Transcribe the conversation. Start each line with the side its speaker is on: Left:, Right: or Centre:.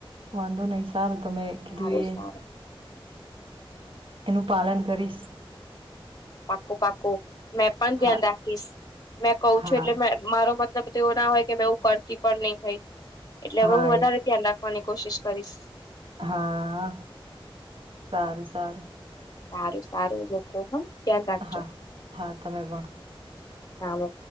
Right: વાંધો નહી સારું તમે કીધું
Left: સારું
Right: એ
Left: સારું
Right: એનું પાલન કરીશ
Left: પાકોું પાકો મેં પણ ધ્યાન
Right: હા
Left: રાખીશ મેં કઉ
Right: હા
Left: છું એટલે મે મારો મલબ એવું ના હોય કે એવું કરતી પણ નહી હોય એટલે હવે
Right: હા
Left: હ વધારે
Right: એ
Left: ધ્યાન રાખવાની કોશિશ કરીશ
Right: હા સારું સારું
Left: સારું સારું લોકોમાં ધ્યાન રાખજો
Right: હા હા તમે પણ
Left: હા